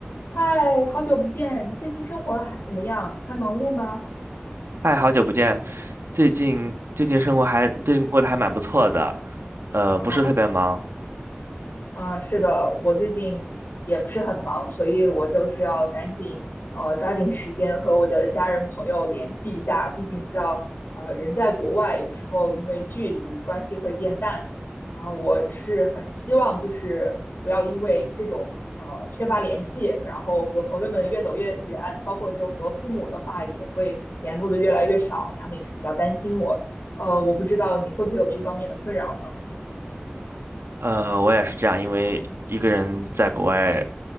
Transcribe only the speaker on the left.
嗨，好久不见，最近生活还怎么样？还忙碌吗？
嗯。
嗯，是的，我最近也不是很忙，所以我就是要赶紧呃抓紧时间和我的家人朋友联系一下，毕竟你知道，呃，人在国外有时候因为距离关系会变淡，然后我是很希望就是不要因为这种呃缺乏联系，然后和朋友们越走越远，包括就和父母的话也会联络的越来越少，他们也是比较担心我，呃，我不知道你会不会有这方面的困扰呢？